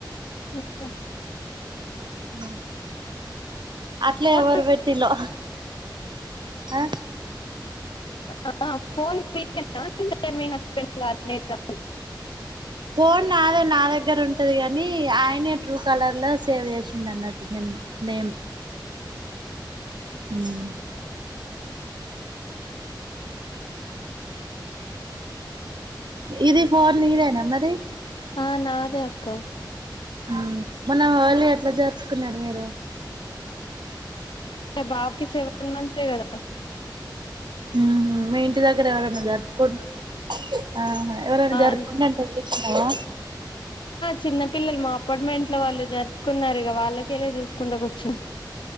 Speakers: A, on the left; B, on the right.
A: ఇఓలో
B: హ్మ్మ్ అట్లే
A: ఫోన్
B: ఎవరు పెట్టిలో ఆ
A: ఆ ఆ ఆహ్ ఫోన్ ఇంగా అంటే మీ హస్బెండ్ గాల్ నీ రా
B: ఫోన్ నాదే నా దగ్గర ఉంటది గాని ఆయనే ట్రూ కలర్ లో సేవ్ చేసిండ అన్నట్టు నేమ్ హ్మ్మ్ ఇది ఫోన్ నీదేనా మరి
A: ఆ నాదే అక్క
B: ఉమ్మ్ మొన్న హోలీ ఎట్లా చేరుపుకున్నారు మీరు.
A: మా బాబుకి సెవెన్ మంత్స్ ఏ గదా.
B: హ్మ్మ్ మీ ఇంటి దగ్గర ఎవరన్నా జరుపుకుంట్ ఆ ఎవరైనా జరుపుకుంటన్నాట
A: అంటే
B: చవా
A: చిన్న పిల్లలు మా అపార్ట్మెంట్ లో వాళ్ళు జరుపుకున్నారు ఇక వాళ్ళకేలా చూసుకుంట కూర్చున్నాం